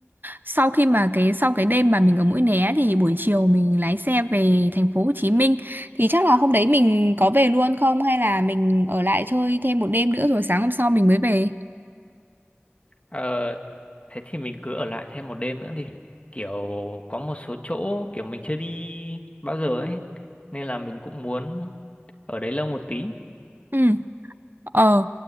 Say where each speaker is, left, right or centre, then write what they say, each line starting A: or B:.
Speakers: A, on the right (about 50°); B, on the left (about 30°).
A: sau khi mà cái sau cái đêm mà mình ở Mũi Né thì buổi chiều mình lái xe về thành phố Hồ Chí Minh thì chắc là hôm đấy mình có về luôn không hay là mình ở lại chơi thêm một đêm nữa rồi sáng hôm sau mình mới về
B: Ờ thế thì mình cứ ở lại thêm một đêm nữa đi. Kiểu có một số chỗ kiểu mình chưa đi bao giờ ấy nên là mình cũng muốn ở đấy lâu một tí.
A: Ừ Ờ,